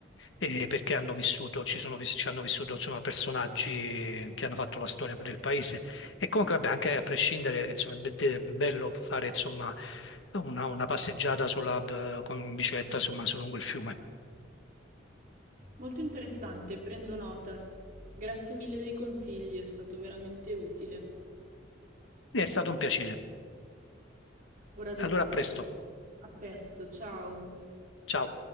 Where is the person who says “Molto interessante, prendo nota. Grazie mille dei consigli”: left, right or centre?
Right